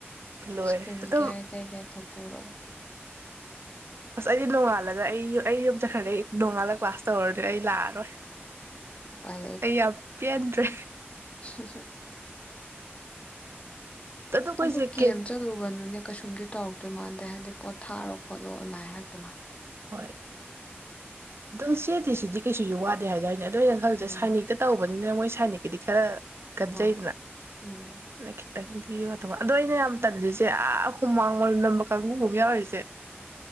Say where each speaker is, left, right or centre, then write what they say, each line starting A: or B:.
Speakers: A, on the right; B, on the left.
A: ꯂꯣꯏꯔꯦ
B: ꯏꯁꯀꯤꯟ
A: ꯑꯗꯨꯝ
B: ꯀꯦꯌꯔ ꯀꯩ ꯀꯩ ꯈ ꯄꯨꯔꯥ
A: ꯑꯁ ꯑꯩꯗꯤ ꯅꯣꯡꯉꯥꯜꯂꯒ ꯑꯩ ꯑꯩ ꯌꯨꯝ ꯆꯠꯈ꯭ꯔꯗꯩ ꯅꯣꯡꯉꯥꯜꯂꯒ ꯀ꯭ꯂꯥꯁ ꯇꯧꯔꯗꯤ ꯑꯩ ꯂꯥꯛꯑꯔꯣꯏ
B: ꯎꯄꯥꯏ
A: ꯑꯩ ꯌꯥꯝ ꯄꯦꯟꯗ꯭ꯔꯦ
B: ꯁꯤ
A: ꯑꯗꯣ ꯑꯩꯈꯣꯏꯁꯦ
B: ꯑꯗꯨ ꯀꯦꯝ
A: ꯀꯦꯠ
B: ꯆꯠꯂꯨꯕꯅꯅꯦ ꯀꯩꯁꯨꯝꯗꯤ ꯇꯧꯔꯛꯇꯣꯏ ꯃꯥꯟꯗꯦ ꯍꯥꯏꯗꯤ ꯄꯣꯠ ꯊꯥꯔꯣ ꯈꯣꯠꯂꯣ ꯑꯗꯨꯃꯥꯏꯅꯔ ꯑꯗꯨꯃꯥꯏꯅ
A: ꯍꯣꯏ ꯑꯝ ꯆꯦꯗꯤ ꯁꯤꯗꯤ ꯀꯩꯁꯨꯁꯨ ꯋꯥꯗꯦ ꯍꯥꯏꯇꯥ ꯑꯗꯨ ꯑ ꯑꯣꯏꯅ ꯈꯜꯁꯦ
B: ꯎꯝ
A: ꯁꯥꯏꯅꯤꯛꯇ ꯇꯧꯕꯅꯤꯅ ꯃꯣꯏ ꯁꯥꯏꯅꯗꯤ ꯈꯔ ꯀꯟꯖꯩꯗꯅ
B: ꯍꯣꯏ ꯎꯝ
A: ꯂꯈꯤ ꯇꯗꯤ ꯁꯤꯒꯤ ꯋꯥ ꯑꯗꯣ ꯑꯩꯅ ꯌꯥꯝ ꯇꯟꯜꯂꯤꯁꯦ ꯑꯥ ꯍꯨꯃꯥꯡ ꯂ ꯅꯝꯕ ꯀꯥꯡꯕꯨꯒꯨꯝ ꯌꯥꯎꯔꯤꯁꯦ